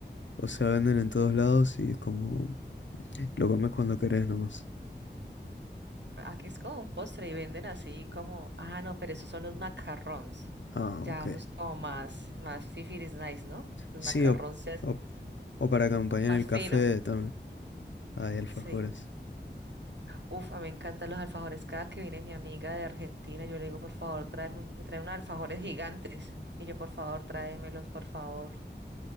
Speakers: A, on the left (about 80°); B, on the right (about 70°).
A: O sea, venden en todos lados y es como lo comes cuando querés nomás.
B: Aquí es como un postre y venden así como, ah, no, pero esos son los macarrons.
A: Ah,
B: Ya,
A: ok.
B: eso es como más, más fifiris nice, ¿no? Los
A: Sí,
B: macarrons
A: o,
B: ya es
A: o,
B: Sí,
A: o para acompañar
B: más
A: el café
B: fino.
A: también. Hay alfajores.
B: Sí. Uf, a mí me encantan los alfajores. Cada que viene mi amiga de Argentina, yo le digo, por favor, tráeme un- me trae unos alfajores gigantes. Y yo, por favor, tráemelos, por favor.